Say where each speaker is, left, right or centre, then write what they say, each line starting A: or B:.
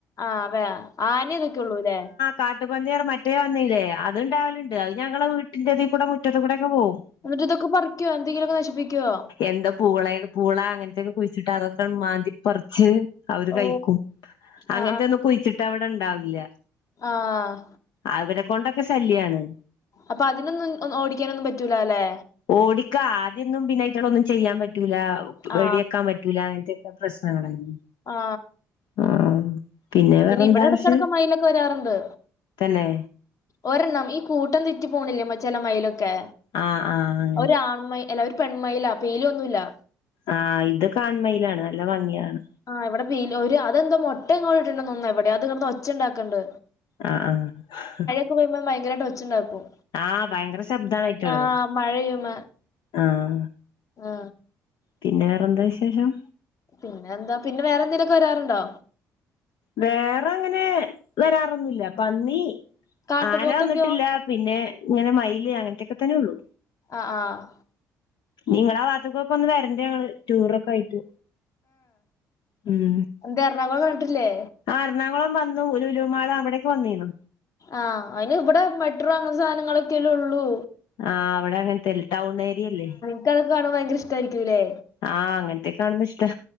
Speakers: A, on the left; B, on the left.
A: ആഹ് വേ ആനി ഇതൊക്കെ ഉള്ളൂ ല്ലേ
B: കാട്ടുപന്നിയാണ് മറ്റേ വന്നില്ലേ അതുണ്ടാവലുണ്ട് അത് ഞങ്ങള വീട്ടിന്റതീ കൂടെ മുറ്റത്ത് കൂടെക്കെ പോവും
A: എന്നിട്ട് ഇതൊക്കെ പറിയ്ക്കോ എന്തെങ്കിലൊക്കെ നശിപ്പിക്കുവോ
B: എന്ത പൂവളേ <unintelligible> പൂള അങ്ങനത്തെയൊക്കെ കുഴിച്ചിട്ടാ അതൊക്കെ ആണ്ട് മാന്തിപ്പറിച്ച് അവര്
A: ഓ
B: കയിക്കും. അങ്ങനത്തെ
A: ആ
B: ഒന്നും കുഴിച്ചിട്ടാ ഇവടെ ഉണ്ടാവില്ല.
A: ആഹ്
B: അവരെ കൊണ്ടൊക്കെ ശല്യാണ്.
A: അപ്പൊ അതിനൊന്നും ഒ ഓടിക്കാനൊന്നും പറ്റൂലാ ല്ലേ
B: ഓടിക്കാ ആദ്യൊന്നും പിന്നയിറ്റളേ ഒന്നും ചെയ്യാൻ പറ്റൂലാ വെടി
A: ആ
B: വെക്കാൻ പ റ്റൂലാ അങ്ങനത്തെക്കെ പ്രശ്നങ്ങളേനി.
A: ആ
B: ഉം ആഹ് പിന്നെ വേറെ എന്താ
A: ഇവിടെ ഇടക്കിടക്ക്
B: വിശേ
A: മയിലൊക്കെ വരാറുണ്ട്
B: തന്നേ
A: ഒരെണ്ണം ഈ കൂട്ടം തെറ്റി പോണില്ലേ മ ചെല മയിലൊക്കെ
B: ആഹ് ആഹ് അങ്ങനെ
A: ഒരാൺ മയി എല്ല ഒര് പെൺമയിലാ പീലിയൊന്നുല്ലാ.
B: ആഹ് ഇതൊക്കെ ആൺമയിലാണ് നല്ല ഭംഗിയാണ്
A: ആഹ് ഇവിടെ പീലി ഒരു അതെന്തോ മൊട്ട എങ്ങോ ഇട്ടിട്ടുണ്ടന്ന് തോന്നുന്നു എവിടെയാ അത് കെടന്ന് ഒച്ച ഒണ്ടാക്കണ്ട്
B: ആഹ് ആഹ്
A: ഇപ്പം <unintelligible> ഭയങ്കരായിട്ട് ഒച്ച ഉണ്ടാക്കും
B: ആഹ് ഭയങ്കര ശബ്ദാണയിറ്റാളത്
A: ആ മഴയും
B: ആഹ്
A: ആ
B: പിന്നെ വേറെന്താ വിശേഷം?
A: പിന്നെ എന്താ, പിന്നെ വേറെന്തേലും ഒക്കെ വരാറുണ്ടോ?
B: വേറെ അങ്ങനേ വെരാറൊന്നുല്ല പന്നീ
A: കാട്ടുപോത്തൊക്കെയോ
B: ആന വന്നിട്ടില്ലാ പിന്നേ ഇങ്ങനെ മയില് അങ്ങൻത്തെക്കെ തന്നെ ഉള്ളു
A: ആഹ് ആഹ്
B: ഇനി ങ്ങളാ ഭാഗത്ത് ക്കൊക്കെ ഒന്ന് വരണ്ട് ഞങ്ങള് ടൂർ ഒക്കെ ആയിട്ട് ഉം
A: എന്തെ എർണാകൊളം കണ്ട്ട്ട് ഇല്ലെ?
B: ആഹ് എർണാകൊളം വന്നു ലുലു മാള് അവടെക്കെ വന്നിന്നു
A: ആഹ് അയിന് ഇവെടെ മെട്രോ അങ്ങൻത്തെ സാനങ്ങളൊക്കെ അല്ലെ ഒള്ളു
B: ആഹ് അവടെ അങ്ങെൻത്തെ അല്ലെ? ടൗൺ ഏരിയ അല്ലെ?
A: ഇക്ക് അതൊക്കെ കാണുമ്പം ഭയങ്കര ഇഷ്ടായിരിക്കും ലെ?
B: ആഹ് അങ്ങെൻത്തെ കാണുമ്പം ഇഷ്ടാ